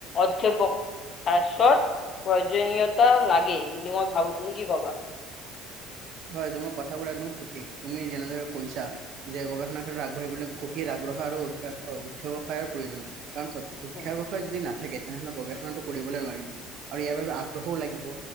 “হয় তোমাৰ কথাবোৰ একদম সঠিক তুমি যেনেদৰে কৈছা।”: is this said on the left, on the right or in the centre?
Right